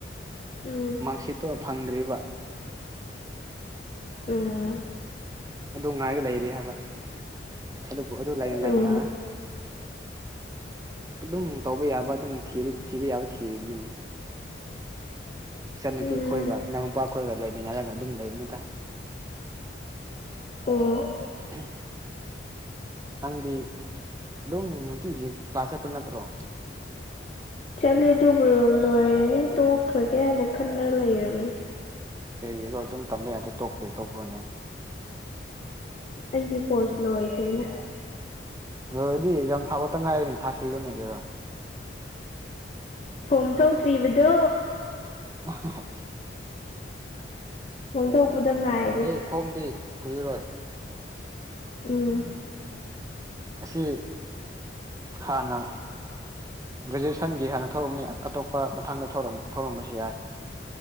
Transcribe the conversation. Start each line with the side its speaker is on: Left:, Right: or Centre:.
Left: ꯎꯝ
Right: ꯃꯥꯛꯁꯤꯠꯇꯣ ꯐꯪꯗ꯭ꯔꯤꯕ
Left: ꯎꯝ
Right: ꯑꯗꯨ ꯉꯥꯏꯒ ꯂꯩꯔꯤ ꯍꯥꯏꯕ ꯑꯗꯨꯕꯨ ꯑꯗꯨ ꯂꯩꯅ
Left: ꯎꯝ
Right: ꯂꯩꯅ ꯑꯗꯨꯝ ꯇꯧꯕ ꯌꯥꯕ ꯑꯗꯨꯝ ꯊꯤ ꯊꯤꯕ ꯌꯥꯕ ꯊꯤꯔꯤꯝꯅꯤꯅꯦ
Left: <inaudible>
Right: ꯏꯆꯟꯅꯨꯄꯤ
Left: ꯎꯝ
Right: ꯈꯣꯏꯒ ꯏꯅꯥꯎꯅꯨꯄꯥ ꯈꯣꯏꯒ ꯂꯩꯃꯤꯟꯅꯔꯒ ꯑꯗꯨꯝ ꯂꯩꯕꯅꯤꯗ
Left: ꯑꯣ
Right: <unintelligible> ꯅꯪꯗꯤ ꯑꯗꯨꯝ ꯅꯨꯡꯇꯤꯒꯤ ꯀ꯭ꯂꯥꯁ ꯆꯠꯄ ꯅꯠꯇ꯭ꯔꯣ
Left: ꯆꯠꯂꯦ ꯑꯗꯨꯕꯨ ꯂꯣꯏꯔꯅꯤ ꯇꯣꯛꯈ꯭ꯔꯒꯦ ꯍꯥꯏꯅ ꯈꯟꯂ ꯂꯩꯔꯕꯅꯤ
Right: ꯀꯩꯒꯤꯔꯣ ꯑꯗꯨꯝ ꯇꯝꯕ ꯌꯥꯗ꯭ꯔ‌ꯣ ꯇꯣꯛꯄꯩ ꯇꯣꯛꯄ꯭ꯔꯣꯅꯦ
Left: ꯑꯩꯒꯤ ꯀꯣꯔꯁ ꯂꯣꯏꯈ꯭ꯔꯦꯅ
Right: ꯂꯣꯏꯔꯗꯤ ꯑꯦꯛꯖꯥꯝ ꯊꯥꯕꯇ ꯉꯥꯏꯔꯦꯅꯦ ꯊꯥ ꯁꯤꯜꯂꯨꯅꯦ ꯒꯩꯔꯥ
Left: ꯐꯣꯝ ꯊ‌ꯣꯛꯇ꯭ꯔꯤꯕꯗꯣ
Right: <unintelligible>
Left: ꯐꯣꯝ ꯊꯣꯛꯄꯗ ꯉꯥꯏꯔꯤ
Right: ꯑꯦ ꯐꯣꯝꯗꯤ ꯀꯨꯏꯔꯣꯏ
Left: ꯎꯝ
Right: ꯑꯁꯤ ꯍꯥꯟꯅ ꯒ꯭ꯔꯦꯖꯨꯑꯦꯁꯟꯒꯤ ꯍꯥꯟꯅ ꯊ‌ꯣꯔꯝꯅꯤ ꯑꯇꯣꯞꯄ ꯃꯊꯪꯗ ꯊ‌ꯣꯔꯝ ꯊꯣꯔꯝꯕꯁꯨ ꯌꯥꯏ